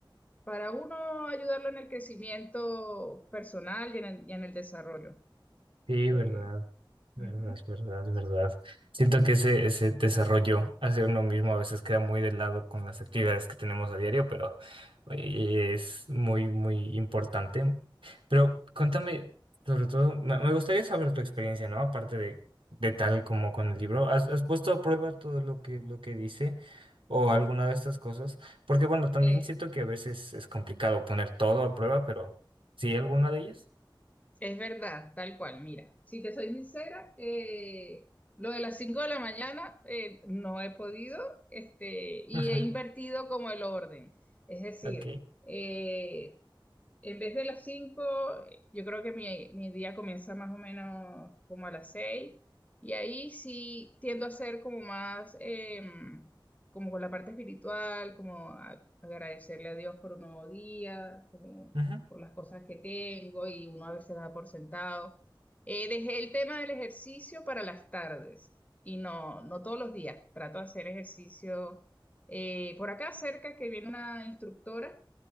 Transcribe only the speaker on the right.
Sí,
verdad, verdad,
verdad, verdad. Siento que ese, ese desarrollo hacia uno mismo a veces queda muy de lado con las actividades que tenemos a diario, pero oye, es muy, muy importante. Pero cuéntame, sobre todo, me me gustaría saber tu experiencia, ¿no? Aparte de, de tal como con el libro, ¿has, has puesto a prueba todo lo que, lo que dice o alguna de estas cosas? Porque bueno, también
siento que a veces es complicado poner todo a prueba, pero sí, alguna de ellas.
<laughs>
Ok.
Ujú.